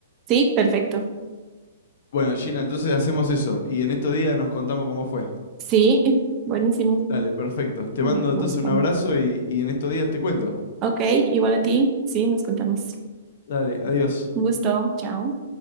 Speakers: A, on the right; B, on the left.
A: Sí, perfecto.
B: Bueno, Gina, entonces hacemos eso y en estos días nos contamos cómo fue.
A: Sí, buenísimo.
B: Dale, perfecto. Te
A: Me
B: mando entonces
A: gusta.
B: un abrazo y, y en estos días te cuento.
A: Ok, igual a ti. Sí, nos contamos.
B: Dale, adiós.
A: Un gusto. Chao.